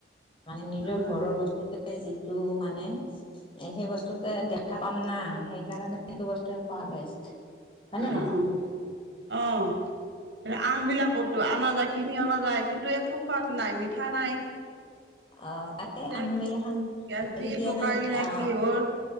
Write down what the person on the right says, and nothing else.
নালাগে
উম,
আহ
আহ আমবিলাকো টো অনা যায় কিনি অনা যায় কিন্তু একো সোৱাদ নাই মিঠা নাই
তে
গেছ দি
পকাই
নে
কি হ'ল